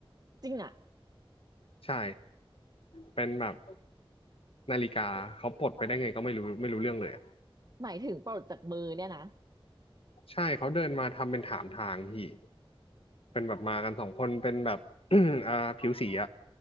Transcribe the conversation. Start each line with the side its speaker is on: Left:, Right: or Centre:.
Right: จริงอ่ะ
Left: ใช่เป็นแบบนาฬิกาเขาปลดไปได้ไงก็ไม่รู้ไม่รู้เรื่องเลยอะ
Right: หมายถึงปลดจากมือเนี่ยนะ
Left: ใช่เขาเดินมาทำเป็นถามทางพี่ เป็นแบบมากันสองคนเป็นแบบ <clears throat> อ่าผิวสีอะ